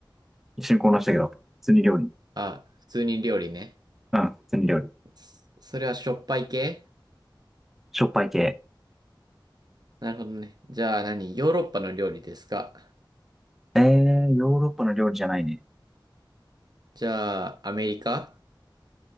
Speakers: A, in the centre; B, on the right.
A: 一瞬混乱したけど。普通に料理。
B: あ、普通に料理ね。
A: うん、普通に料理。
B: そそれはしょっぱい系
A: しょっぱい系。
B: なるほどね。じゃあ何ヨーロッパの料理ですか
A: えー、ヨーロッパの料理じゃないね。
B: じゃあアメリカ